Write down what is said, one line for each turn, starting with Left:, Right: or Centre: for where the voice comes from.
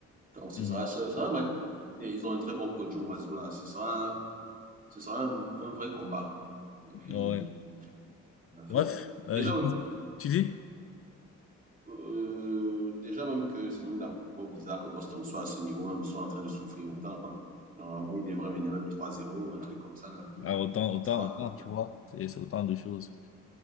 Right: Donc, ce
Left: Mhm.
Right: sera, ce sera un match. Et ils ont un très bon coach, Joe Mazzulla. Ce sera, ce sera un, un vrai combat. Et puis,
Left: Ouais.
Right: la fin.
Left: Bref, euh,
Right: Déjà,
Left: je pense-
Right: même,
Left: tu dis?
Right: euh, déjà même que c'est même d'abord bizarre que Boston soit à ce niveau, même soit en train de souffrir autant. Normalement, ils devraient mener même 3-0 ou un truc comme ça. Là. Mais
Left: Ah, autant,
Right: bon,
Left: autant,
Right: ça va.
Left: autant, tu vois, c'est c'est autant de choses.